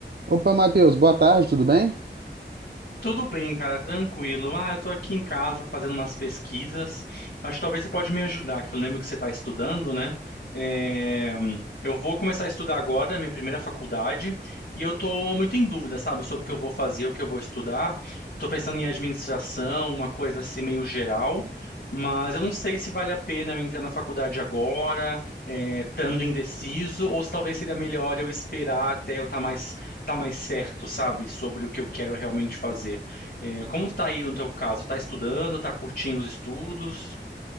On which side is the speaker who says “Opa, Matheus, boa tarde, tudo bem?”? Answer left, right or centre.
Right